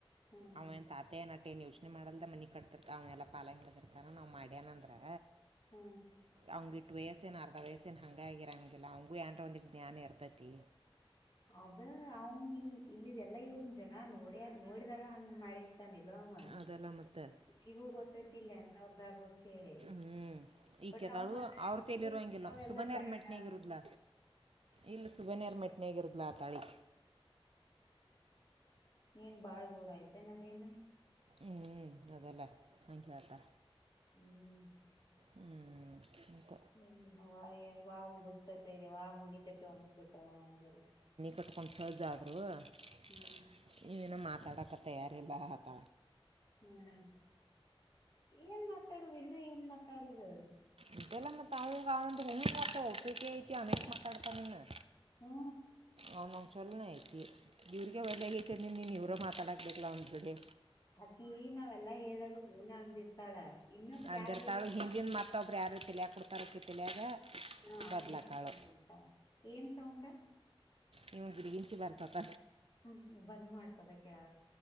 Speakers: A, on the left; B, on the right.
A: ಹ್ಮ್
B: ಅವ ತಾತ ಮತ್ತೇ ನ ಏನ್ ಯೋಚನೆ ಮಾಡಲ್ದ ಮನಿ ಕಟ್ತಿರ್ತ ಅವನೆಲ್ಲ ಪಾಲಾ ಹ ಹೇಳದಿರ್ತಾರ ನವು ಮಾಡ್ಯಏನಂದೆ
A: ಹ್ಮ್
B: ಅವಂಗಿು ವಯಸ್ಸೇನು ಅರ್ಧ ವಯಸ್ಸೇನು ಹಾಗಂಗಾಗಿರೋಂಗಿಲ್ಲ ಅವಂಗಗೂಏಾರ ಒಂದುಿಟ್ಟ ಜ್ಞಾನ ಇರ್ತೈತಿ
A: ಅದ ಅವಂಗ ಇಲ್ ಇಲ್ಲಿ ಎಲ್ಲಾ ಇವನ್ ಜನ ನೋಡ್ಯ ನೋಡಿದಾಗ ಹಂಗ್ ಮಾಡಿದ ತಾನಿಲ್ಲ ಅಮ್ಮಕ್ಕಿಗೋ
B: ಅದೆಲ್ಲ ಮತ್ತೆ
A: ಗೊತ್ತೈತಿಲ್ಲ ಅಂತ ಅವಗಾರು ಗತ್ ಹೇಳಿ <unintelligible>
B: ಹ್ಮ್ ಈ
A: ಬಟ್
B: ಕೆತಾಳು
A: ಅವ
B: ಅವ್ರ ತೇಲಿರ ಹಂಗಿಲ್ಲ
A: ಇಂಥವ್ರೆಲ್ಲಾ
B: ಸುಬನ್ಯಾರ
A: ಬ್ಯಾಡ
B: ಮೆಟ್ನಗರುದಲ
A: ಅಂತ
B: ಇಲ್ಲ ಸುಬನೇರ್ ಮೆಟ್ನಿಯಾಗಿರುದ್ಲ ಆ ತಾಳಿ
A: ಏನ್ ಬಾಳ ದೂರ ಇದೆ ಅದೇನು
B: ಹ್ಮ್ ಅದಲ್ಲೇ ಹಂಗೆೇತಾ
A: ಹ್ಮ್
B: ಹ್ಮ್ ಹಕ
A: ಇ ವಾ್ ಮುಗಿಸಸ್ತೈತೆ ಇದೆ ವಾ ಮುಗಿತೈತೆ ಅನಸಬತ ನನಲ್ಲಿ
B: ಕಟ್ಕೊಂಡ ಸಹ ಜಾದ್ರು <unintelligible>
A: ಹ್ಮ್
B: ಈ ನೀನು ಮಾತಾಡಕ್ಕೆ ತಯಾರಿಲ್ಲ ಅಂತ
A: ಹ್ಮ್ ಏನ್ ಮಾತಾಡುದು ಇನ್ನ ಏನ್ ಮಾತಾಡುದು
B: ಇದೆಲ್ಲ ಮತ್ತೆ ಅವಿಗೆ ಅವಂದು ಹಣಿತ್ತೆ ಪಿಿಕ ಐತಿ ಅನಕ್ ಮಾತಾಡ್ತಾನ
A: ಹ್ಮ
B: ಅವ್ನು ನವು ಚಲನೇ ಹೇಳ್ತಿೀ ಇವ್ರಿಗೆ ಬದಲಾಗೇೈತಿ ನೀ ಇವರೋ ಮಾತಾಡಾಕ್ಬೇಕಲ್ಲ ಅವ್ನು ಜೋಡಿ
A: ಅಖಿ ನಾವೆಲ್ಲ ಹೇಳ್ದಾಗ ಅವ್ನೆ ಅಂದಿದ್ದಳು ತ್ತಳ ಇನ್ನೊಬ್ರು
B: ಅಂದಿರ್ತಾಳು
A: ಯಾರಟ್ಟ
B: ಹಿಂದಿನ ಮತ್ತೊಬ್ರು ಯಾರು ತಲೆಯಾಗ ಕೊಡ್ತಾರಕ್ಕೆ ತಲೆಯಾಗ
A: ಹಾ ಅದನ್ನೇ
B: ಬದ್ಲಾಕಾಳು
A: ಹಳ್ಕೊಂಡ್ ಕುಂಟ ಏನ್ ಸೌಂಡ್
B: ನೀವು ಗಿಡಿಗಿಂಚಿ ಬರ್ಸತ್ತ
A: ಹ್ಮ ಬಂದ್ ಮಾಡ್ಸೋ ಅದ ಕೇಳ